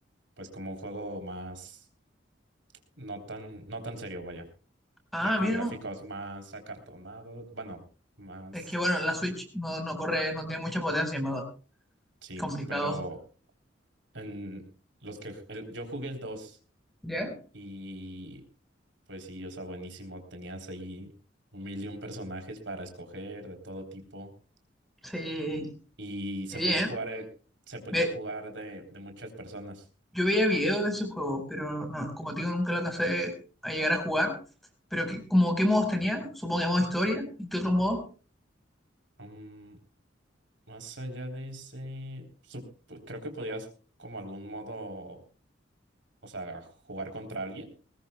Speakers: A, on the right (about 75°); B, in the centre.
A: pues como un juego más, no tan, no tan serio, vaya,
B: Ah,
A: ya con
B: mira,
A: gráficos
B: no.
A: más acartonados, bueno, más,
B: Es que bueno, la Switch no, no corre, no tiene mucha potencia, en verdad.
A: sí,
B: Complicado.
A: pero en los que el- yo jugué el 2
B: ¿Ya?
A: y pues sí, o sea, buenísimo, tenías ahí un mil y un personajes para escoger de todo tipo
B: Sí,
A: y
B: qué
A: se
B: bien.
A: podía jugar, eh, se podía
B: Ve,
A: jugar de, de muchas personas.
B: yo veía videos de ese juego, pero no, como te digo, nunca lo alcancé a llegar a jugar. Pero que, como qué modos tenía, supongo que modo historia, ¿y qué otro modo?
A: Mm, Más allá de ese, sup- pues, creo que podías como algún modo, o sea, jugar contra alguien,